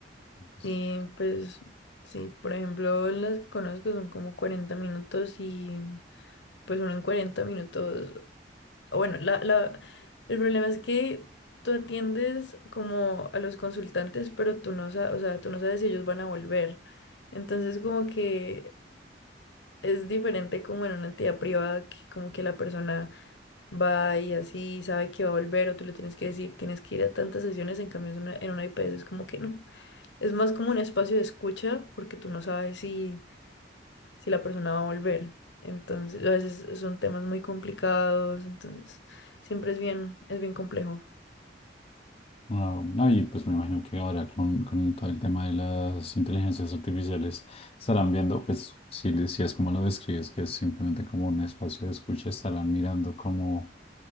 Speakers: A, on the left; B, on the left.
A: Es-
B: Y pues sí, por ejemplo, las que conozco son como 40 minutos y pues uno en 40 minutos Bueno, la, la, el problema es que tú atiendes como a los consultantes, pero tú no sabes, o sea, tú no sabes si ellos van a volver. Entonces, como que es diferente como en una entidad privada, que como que la persona va y así sabe que va a volver, o tú le tienes que decir, tienes que ir a tantas sesiones, en cambio es una- en una IPS es como que no. Es más como un espacio de escucha, porque tú no sabes si si la persona va a volver. Entonces, a veces son temas muy complicados, entonces siempre es bien, es bien complejo.
A: No, no, y pues me imagino que ahora con, con todo el tema de las inteligencias artificiales estarán viendo, pues si, si es como lo describes, que es simplemente como un espacio de escucha, estarán mirando cómo,